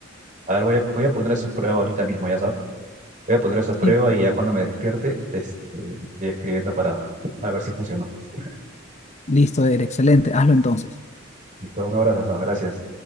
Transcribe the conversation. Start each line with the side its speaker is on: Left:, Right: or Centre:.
Right: A ver, voy a, voy a poner eso a prueba ahorita mismo, ya sabes. Voy a poner eso a prueba
Left: Sí.
Right: y ya cuando me despierte, este, estoy escribiendo para, para ver si funcionó. <laughs>
Left: Listo, Eder, excelente. Hazlo entonces.
Right: Listo, un abrazo, Saba, gracias.